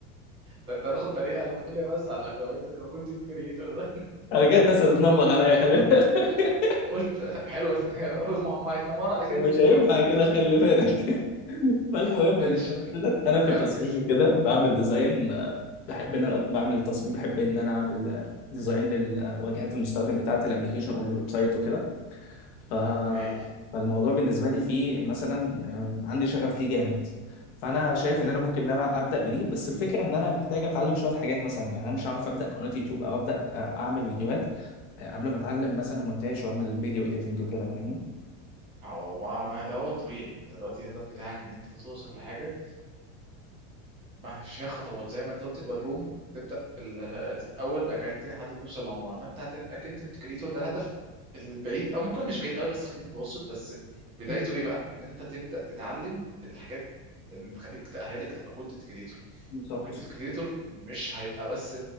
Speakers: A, on the right; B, on the left.
A: ده انت هتاخد طريقه لما تقول لي بس على لو انت تبقى كونتنت كريتور <laughs>
B: انا كده الناس هتتنمر عليا خلي بالك <laughs>
A: قلت حلو اول <laughs> ما هم هيتنمروا على كلمة
B: ومش
A: تنمر
B: هينفع كده
A: دي
B: خلي بالك <laughs> فالمهم
A: <laughs> ماشي
B: ان انا مثلا انا في
A: كمل
B: التصميم كده بعمل ديزاين آه، بحب ان انا بعمل تصميم بحب ان انا اعمل آه، ديزاين للواجهات المستخدم بتاعه الابلكيشن او الويب سايت وكده ف...
A: اوكي
B: فالموضوع بالنسبه لي فيه مثلا آم، عندي شغف ليه جامد فانا شايف ان انا ممكن ان انا ابدا بدي بس الفكره ان انا محتاج اتعلم شويه حاجات مثلا يعني انا مش هعرف ابدا قناه يوتيوب او ابدا آه، اعمل فيديوهات آه، قبل ما اتعلم مثلا مونتاج واعمل فيديو اديتنج وكده فاهمني
A: ما هو ما ما ده هو الطبيعي ما انت دلوقتي الهدف بتاعك ان انت توصل لحاجه ما فيها خطوات زي ما انت قلت البدروم تبدا بالاول بعد كده التاني لحد ما توصل للعماره فانت هتبقى كنت الكريتور ده الهدف البعيد او ممكن مش بعيد قوي بس خلينا متوسط بس بدايته
B: مم.
A: ايه بقى ان انت تبدا تتعلم الحاجات اللي تخليك تاهلك تبقى كونتنت كريتور
B: بالظبط
A: ما هو كونتنت كريتور مش هيبقى بس